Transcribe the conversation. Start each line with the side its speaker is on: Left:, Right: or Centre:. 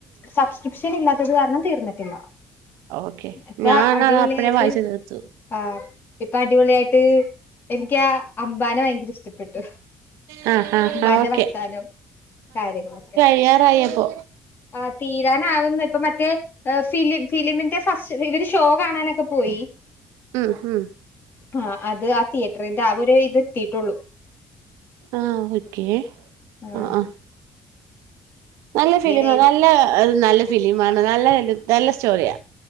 Left: സബ്സ്ക്രിപ്ഷൻ ഇല്ലാത്തത് കാരണം തീർന്നിട്ടില്ല.
Right: ഓക്കെ
Left: ഇപ്പ
Right: ഞാനത്
Left: അടിപൊളിയായിട്ട്
Right: അപ്പഴേ വായിച്ച് തീർത്തു.
Left: ആഹ് ഇപ്പഅടിപൊളിയായിട്ട് എനിക്കാ അംമ്പാനെ ഭയങ്കെരെ ഇഷ്ട്ടപ്പെ പ്പെട്ടു
Right: ആ ആ
Left: അമ്പാന്റെ
Right: ആ ഓക്കെ
Left: വർത്താനം കാര്യങ്ങളൊക്കെ
Right: കയ്യാറായോപ്പോ?
Left: ആഹ് തീരാനാവുന്നു ഇപ്പമറ്റേ ഏഹ് ഫിലിം ഫിലിമിന്റെ ഫസ്റ്റ് ഇവര് ഷോ കാണാനൊക്കെ പോയി.
Right: ഉം ഉം
Left: ആഹ് അത് ആഹ് തിയേറ്ററിന്റെ ആര് ഇത് എത്തിട്ടുള്ളൂ
Right: ആഹ് ഓക്കെ
Left: ആഹ്
Right: ആ ആ നല്ല ഫിലിം
Left: ഡെയിലി
Right: നല്ലത് നല്ല ഫിലി ആണ് നല്ല നല്ല നല്ല സ്റ്റോറിയാ